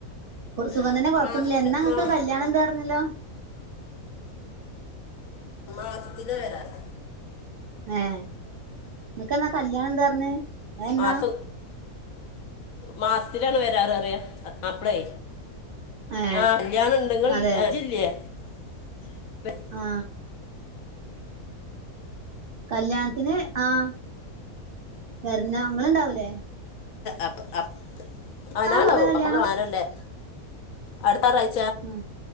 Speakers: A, on the right; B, on the left.
A: സുഖം
B: ആ
A: തന്നെ കൊഴപ്പം
B: മാസത്തില്
A: ഒന്നുമില്ല എന്നാ നിങ്ങക്ക്
B: മാ-
A: കല്യാണം
B: ഏ,
A: ഉണ്ട് പറഞ്ഞല്ലോ
B: മാസത്തില് വരാറ്
A: ഏ നിങ്ങക്ക് എന്നാ കല്യാണം ഇണ്ട് പറഞ്ഞത് അത് എന്നാ
B: മാസം മാസത്തിലാണ് വരാറ് പറയാ അപ്പളേ
A: ഏ
B: ആഹ് കല്യാണം നിങ്ങള്
A: അതെ
B: <unintelligible>
A: ആ കല്യാണത്തിന് ആഹ് വരണം ഇങ്ങളുണ്ടാവില്ലേ
B: അപ് അപ് ആ നാണ്ടാവും
A: പറഞ്ഞെ കല്യാണം
B: അപ്പൊ കാനല്ലേ അടുത്താറായ്
A: ഉം